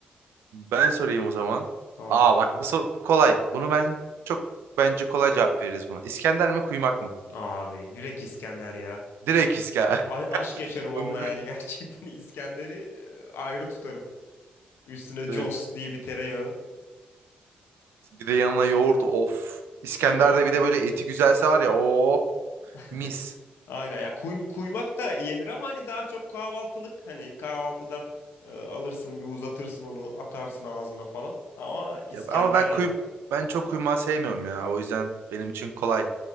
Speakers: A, on the right (about 80°); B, on the left (about 75°).
A: Ben sorayım o zaman.
B: Tamamdır.
A: Aa bak bu, so- bu kolay. Bunu ben çok bence kolay cevap veririz buna. İskender mi kuymak mı?
B: Abi direkt İskender ya.
A: Direkt İskender.
B: A- aşk yaşarım
A: <laughs>
B: onunla
A: Bunu
B: yani <laughs> gerçekten İskender'i e, ayrı tutarım. Üstüne Jos
A: <laughs>
B: diye bir tereyağı.
A: Bir de yanına yoğurt of. İskender'de
B: Tabii aynen.
A: bir de böyle eti güzelse var ya o
B: <laughs>
A: mis.
B: Aynen ya kuy- kuymak da yenir ama hani daha çok kahvaltılık hani kahvaltıda e, alırsın bir uzatırsın onu atarsın ağzına falan. Ama İskender
A: Ya, ama ben
B: ya.
A: kuy ben çok kuymağı sevmiyorum ya. O yüzden benim için kolay.